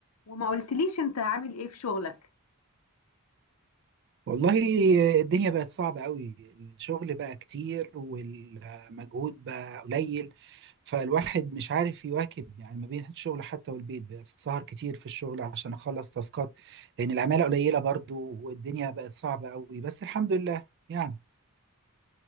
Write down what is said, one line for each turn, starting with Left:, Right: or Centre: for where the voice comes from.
Left: وما قلتليش انت عامل ايه في شغلك
Right: والله الدنيا بقت صعبة قوي الشغل بقى كتير والمجهود بقى قليل فالواحد مش عارف يواكب يعني ما بين الشغل حتى والبيت بقى السهر كتير في الشغل عشان أخلص تاسكات لأن العمالة قليلة برضو والدنيا بقت صعبة قوي بس الحمد لله يعني